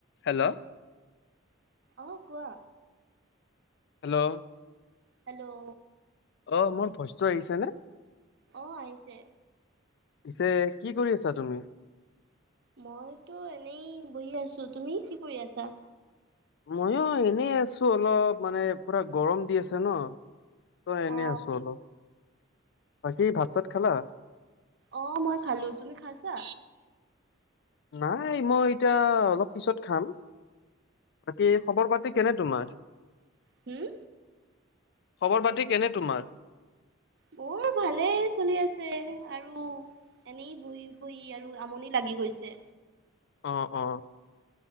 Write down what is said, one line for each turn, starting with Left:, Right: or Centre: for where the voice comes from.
Left: Hello
Right: অ কোৱা
Left: hello
Right: hello
Left: অ মোৰ ভইচটো আহিছে নে
Right: অহ আহিছে
Left: পিছে কি কৰি আছা তুমি
Right: মইতো এনেই বহি আছো তুমি কি কৰি আছা
Left: ময়ো এনেই আছো অলপ মানে পুৰা গৰম দি আছে ন তই এনে
Right: অ
Left: আছো অলপ বাকী ভাত চাত খালা
Right: অ মই খালো তুমি খাইছা
Left: নাই মই এতিয়া অলপ পিছত খাম বাকী খবৰ পাতি কেনে তোমাৰ
Right: হম
Left: খবৰ পাতি কেনে তোমাৰ
Right: বৰ ভালেই চলি আছে আৰু এনেই বহি বহি আৰু আমনি লাগি গৈছে
Left: অ অ